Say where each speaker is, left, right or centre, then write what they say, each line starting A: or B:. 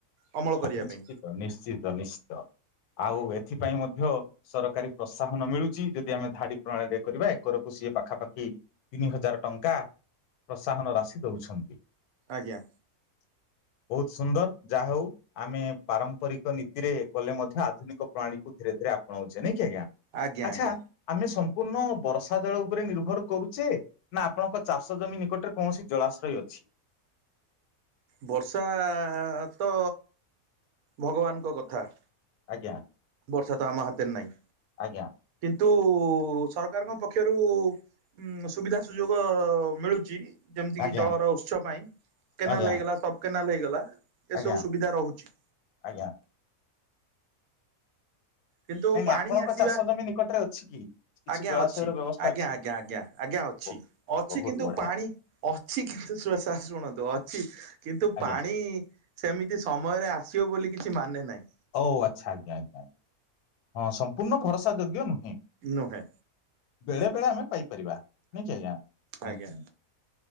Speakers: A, on the right; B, on the left.
A: ଅମଳ କରିବା
B: ନିଶ୍ଚିତ
A: ପାଇଁ
B: ନିଶ୍ଚିତ ନିଶ୍ଚିତ। ଆଉ ଏଥିପାଇଁ ମଧ୍ୟ ସରକାରୀ ପ୍ରୋସାହନ ମିଳୁଛି ଯଦି ଆମେ ଧାଡି ପ୍ରଣାଳୀ ରେ କରିବା ଏକରକୁ ସିଏ ପାଖା ପାଖି ତିନି ହଜାର ଟଙ୍କା ପ୍ରୋତ୍ସାହନ ରାଶି ଦଉଛନ୍ତି।
A: ଆଜ୍ଞା।
B: ବହୁତ ସୁନ୍ଦର ଯାହା ହଉ। ଆମେ ପାରମ୍ପରିକ ନୀତିରେ କଲେ ମଧ୍ୟ ଆଧୁନିକ ପ୍ରାଣଳୀ କୁ ଧୀରେ ଧୀରେ ଆପଣାଉଛେ ନାଇଁ କି ଆଜ୍ଞା।
A: ଆଜ୍ଞା
B: ଆଚ୍ଛା
A: ଆଜ୍ଞା।
B: ଆମେ ସମ୍ପୂର୍ଣ୍ଣ ବର୍ଷା ଜଳ ଉପରେ ନିର୍ଭର କରୁଛେ ନା ଆପଣଙ୍କ ଚାଷ ଜମି ନିକଟରେ କୌଣସି ଜଳାଶୟ ଅଛି।?
A: ବର୍ଷା ତ ଭଗବାନଙ୍କ କଥା।
B: ଆଜ୍ଞା।
A: ବର୍ଷା ତ ଆମ ହାତରେ ନାଇଁ।
B: ଆଜ୍ଞା।
A: କିନ୍ତୁ ସରକାରଙ୍କ ପକ୍ଷରୁ ଉଁ ସୁବିଧା ସୁଯୋଗ ମିଳୁଚି ଯେମିତି
B: ଆଜ୍ଞା
A: କିି ଜଳର ଉତ୍ସ ପାଇଁ କେନାଲ
B: ଆଜ୍ଞା
A: ହେଇଗଲା ସବ କେନାଲ ହେଇଗଲା
B: ଆଜ୍ଞା
A: ଏସବୁ ସୁବିଧା ରହୁଚି।
B: ଆଜ୍ଞା।
A: କିନ୍ତୁ
B: ନାଇଁ ନାଇଁ
A: ପାଣି
B: ଆପଣଙ୍କ
A: ଆସିବା
B: ଚାଷ ଜମି ନିକଟରେ ଅଛି କି କିଛି
A: ଆଜ୍ଞା
B: ଜଳାଶୟର
A: ଅଛି
B: ବ୍ୟବସ୍ଥା
A: ଆଜ୍ଞା
B: ଅଛି
A: ଆଜ୍ଞା ଆଜ୍ଞା ଆଜ୍ଞା ଅଛି।
B: ବହୁତ
A: ଅଛି
B: ବହୁତ
A: କିନ୍ତୁ
B: ବଢିଆ
A: ପାଣି ଅଛି କିନ୍ତୁ ଶୁଣ ସାର ଶୁଣନ୍ତୁ ଅଛି କିନ୍ତୁ
B: ଆଜ୍ଞା
A: ପାଣି ସେମିତି ସମୟରେ ଆସିବ ବୋଲି କିଛି ମାନେ ନାହିଁ।
B: ହଉ ଆଚ୍ଛା ଆଜ୍ଞା ଆଜ୍ଞା ଆଜ୍ଞା ହଁ ସମ୍ପୂର୍ଣ୍ଣ ଭରସା ଯୋଗ୍ୟ ନୁହେଁ।
A: ନୁହେଁ
B: ବେଳେ ବେଳେ ଆମେ ପାଇପାରିବା ନୁହୁଁ କି ଆଜ୍ଞା ହୁଁ
A: ଆଜ୍ଞା
B: ହୁଁ।